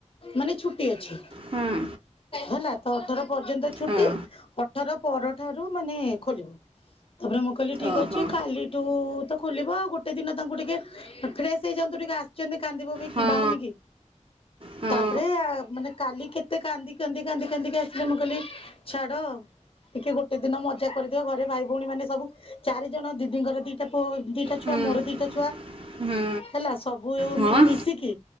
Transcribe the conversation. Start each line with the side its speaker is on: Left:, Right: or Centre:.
Left: ମାନେ ଛୁଟି ଅଛି
Right: ହଁ
Left: ହେଲା ତ ଅଠର ପର୍ଯ୍ୟନ୍ତ ଛୁଟି।
Right: ହଁ
Left: ଅଠର ପରଠାରୁ ମାନେ ଖୋଲିବ। ତାପରେ ମୁଁ କହିଲି ଠିକ୍
Right: ଓହୋ
Left: ଅଛି କାଲିଠୁ ତ ଖୋଲିବ ଆଉ ଗୋଟେ ଦିନ ତାଙ୍କୁ ଟିକେ ଫ୍ରେଶ ହେଇ ଜାନ୍ତୁ ଟିକେ ଆସିଛନ୍ତି କାନ୍ଦି ବୋବେଇକି
Right: ହଁ
Left: ବାହୁନି କି।
Right: ହଁ
Left: ତାପରେ ମାନେ କାଲି କେତେ କାନ୍ଦି କାନ୍ଦି କାନ୍ଦି କାନ୍ଦିିକି ଆସିଲେ ମୁଁ କହିଲି ଛାଡ ଟିକେ ଗୋଟେ ଦିନ ମଜା କରିଦିଅ ଘରେ ଭାଇ ଭଉଣୀ ମାନେ ସବୁ ଚାରି ଜଣ ଦିଦିଙ୍କର ଦିଟା ପୁଅ ଦିଟା
Right: ହୁଁ
Left: ଛୁଆ ମୋର ଦିଟା ଛୁଆ।
Right: ହଁ
Left: ହେଲା ସବୁ
Right: ହଁ
Left: ମାନେ ମିଶିକି।